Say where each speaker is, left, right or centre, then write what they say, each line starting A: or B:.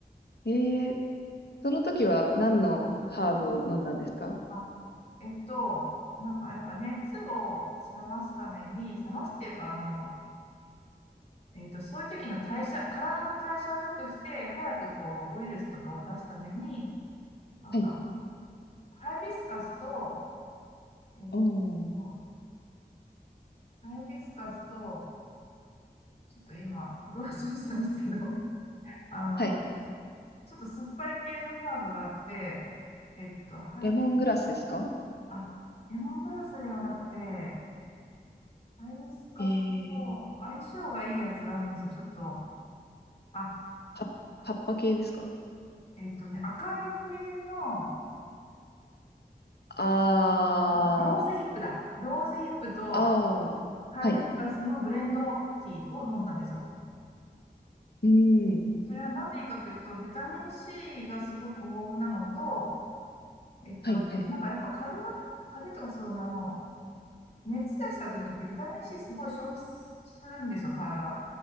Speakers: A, on the left; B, on the left.
A: ええその時は何のハーブを飲んだんですか
B: うんうんあ、えっと、なんかやっぱ熱を冷ますために、冷ますっていうか、あの、えっと、そういう時の代謝、体の代謝を良くして、早くこう、ウイルスとかを出すために、なんか、
A: はい。
B: ハイビスカスと、えっ
A: おー。
B: と、ハイビスカスと、ちょっと今、どうししたんですけど、あの、
A: はい。
B: ちょっと酸っぱい系のハーブがあって、えっと、はい、
A: レモングラスですか
B: あ、レモングラスではなくて、ハイビスカスと相性がいいやつがあるんですよ。
A: ええー、
B: ちょっと、あ、
A: は葉っぱ系ですか
B: えっとね、赤い系の、あ、
A: あー、
B: ローズヒップだ。ローズヒップと
A: あー。
B: ハイビスカスのブレンドティーを飲んだんですよ。
A: はいうーん。
B: それはなんでいいかというと、ビタミン C がすごく豊富なのと、えっと、
A: はい、
B: でなんかやっぱ風邪の、
A: はい。
B: 風邪とかその、熱出した時ってビタミン C すごい消費するんですよ、体が。